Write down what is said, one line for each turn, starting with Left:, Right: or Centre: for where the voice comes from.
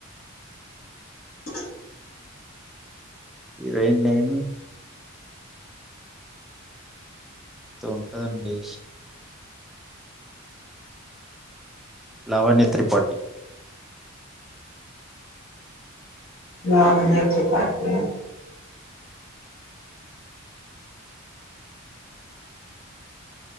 Left: అ
Centre: హీరోయిన్ నేమ్ ఏదో ఉంటదండి. లావణ్య త్రిపాఠి.
Left: లావణ్య త్రిపాఠి ఆ